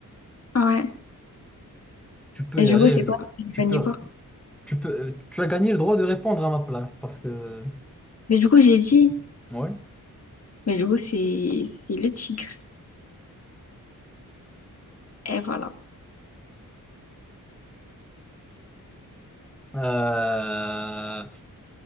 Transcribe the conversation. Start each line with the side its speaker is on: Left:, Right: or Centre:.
Left: Ah Ouais.
Centre: Tu peux
Left: Et
Centre: y
Left: du
Centre: aller.
Left: coup, c'est
Centre: je-
Left: quoi? Je
Centre: tu
Left: gagnais
Centre: peux,
Left: quoi?
Centre: tu peux, euh, tu as gagné le droit de répondre à ma place parce que.
Left: Mais du coup, j'ai dit.
Centre: Ouais.
Left: Mais du coup, c'est c'est le tigre. Et voilà.
Centre: Euh,